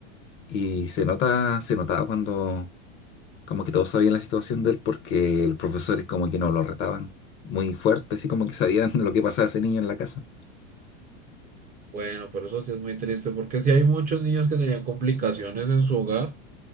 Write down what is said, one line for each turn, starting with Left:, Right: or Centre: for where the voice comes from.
Left: Y se nota, se notaba cuando como que todos sabían la situación de él porque los profesores como que no lo retaban muy fuerte, así como que sabían <laughs> lo que pasaba a ese niño en la casa.
Right: Bueno, pero eso sí es muy triste porque sí hay muchos niños que tenían complicaciones en su hogar